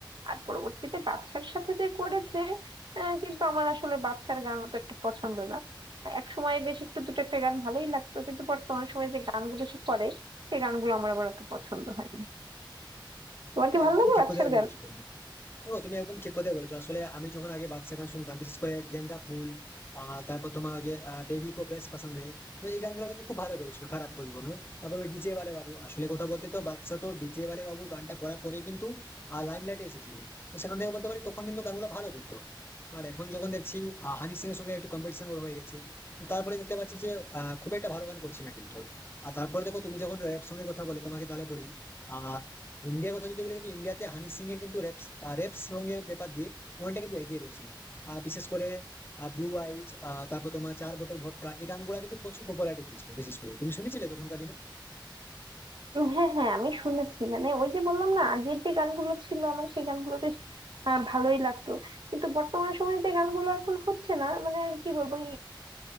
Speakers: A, on the right (about 70°); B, on the left (about 25°).
A: আর পরবর্তীতে বাদশার সাথে যে করেছে আহ, কিন্তু আমার আসলে বাদশার গান অত একটা পছন্দ না এক সময় বেশ একটু দুটো একটা গান ভালোই লাগতো কিন্তু বর্তমান সময়ে যে গানগুলো সে করে সেই গানগুলো আমার আবার অত পছন্দ হয় না তোমার
B: হ্যাঁ
A: কি ভালো
B: একদম
A: লাগে
B: ঠিক
A: বাদশার
B: কথা বলেছো
A: গান
B: তুমি ও তুমি একদম ঠিক কথাই বলেছো আসলে আমি যখন আগে বাদশা গান শুনতাম বিশেষ করে গেন্দা ফুল আহ, তারপর তোমার ওই যে বেবি কো বেশ পছন্দ হে তো এই গানগুলো কিন্তু খুব ভালো করেছিল খারাপ বলবো না তারপর ওই ডিজে ওয়ালে বাবু আসলে কথা বলতে তো বাদশা তো ডিজে ওয়ালে বাবু গানটা করার পরে কিন্তু লাইম লাইটে এসেছিল তো সেখান থেকে বলতে পারি তখন কিন্তু গানগুলো ভালো করতো আর এখন যখন দেখছি আহ, হানি সিং এর সঙ্গে একটু কম্পিটিশন ওর হয়ে গেছে তো তারপরে দেখতে পাচ্ছি যে আহ, খুব একটা ভালো গান করছে না কিন্তু আর তারপরে দেখো তুমি যখন র‍্যাপ সঙ্গে কথা বলে তোমাকে তাহলে বলি আহ ইন্ডিয়ার কথা যদি বলি কিন্তু ইন্ডিয়াতে হানি সিং এর কিন্তু রেপ রেপ সং এর ব্যাপার দিয়ে অনেকটা কিন্তু এগিয়ে রয়েছে আহ, বিশেষ করে ব্লু আইজ তারপর তোমার চার বোতল ভটকা এই গানগুলো কিন্তু প্রচুর পপুলারিটি পেয়েছিল বিশেষ করে তুমি শুনেছিলে তখনকার দিনে
A: হ্যাঁ হ্যাঁ আমি শুনেছি মানে ওই যে বললাম না আগের যে গানগুলো ছিল আমার সেই আহ ভালোই লাগতো কিন্তু বর্তমান সময়ে যে গানগুলো এখন হচ্ছে না মানে আর কি বলবো